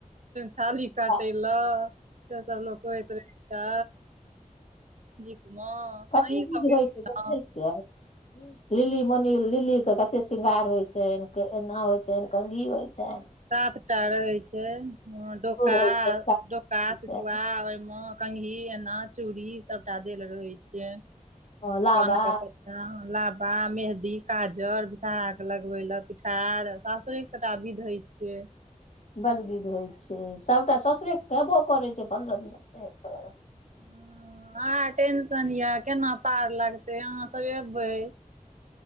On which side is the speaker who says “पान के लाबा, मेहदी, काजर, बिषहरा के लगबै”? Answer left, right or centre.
Right